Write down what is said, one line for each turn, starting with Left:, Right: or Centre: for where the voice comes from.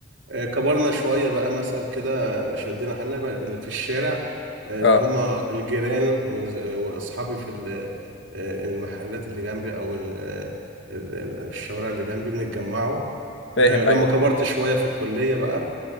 Right: آه، كبرنا شوية بقى مثل كده آه، شدينا حالنا بقى اللي في الشارع آه،
Left: اه
Right: اللي هم الجيران وز- وأصحابي في ال- آه، المحلات اللي جنبي أو ال- آه، ال- ال- الشوارع اللي جنبي بنتجمعوا
Left: فاهم
Right: آه، لما
Left: ايوه
Right: كبرت شوية في الكلية بقى